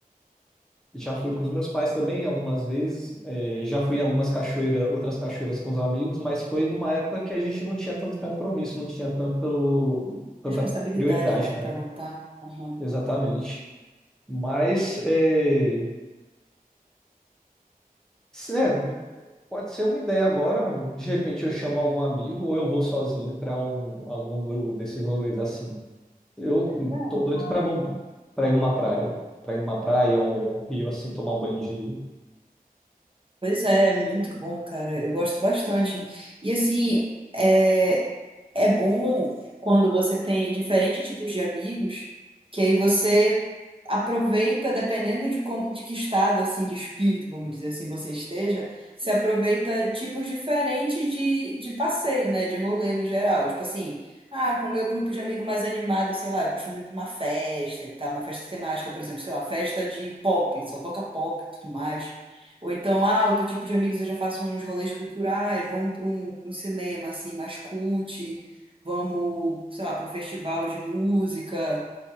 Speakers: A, in the centre; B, on the right (about 35°).
A: Já fui com os meus pais também algumas vezes. eh, já fui em algumas cachoeiras, outras cachoeiras com os amigos, mas foi numa época que a gente não tinha tanto compromisso, não tinha tanto, tanta
B: Responsabilidade,
A: prioridade,
B: né,
A: né?
B: para voltar. Aham.
A: Exatamente. Mas eh, se- é, pode ser uma ideia agora. De repente eu chamo algum amigo ou eu vou sozinho para um, algum desses rolês assim. Eu
B: Legal.
A: tô doido pra, vo- pra ir numa praia. Pra ir numa praia, um rio, assim, tomar um banho de rio.
B: Pois é, muito bom, cara. Eu gosto bastante. E assim, é, É bom quando você tem diferentes tipos de amigos, que aí você aproveita, dependendo de, como, de que estado assim de espírito, vamos dizer assim, você esteja, você aproveita tipos diferentes de, de passeio, né? De rolê no geral. Tipo assim, ah, com o meu grupo de amigo mais animado, sei lá, eu costumo ir para uma festa e tal, uma festa temática, por exemplo, sei lá, festa de pop, só toca pop e tudo mais. Ou então, ah, outro tipo de amigos eu já faço uns rolês culturais, vamos para um, pra um cinema assim, mais cult vamos, sei lá, para um festival de música,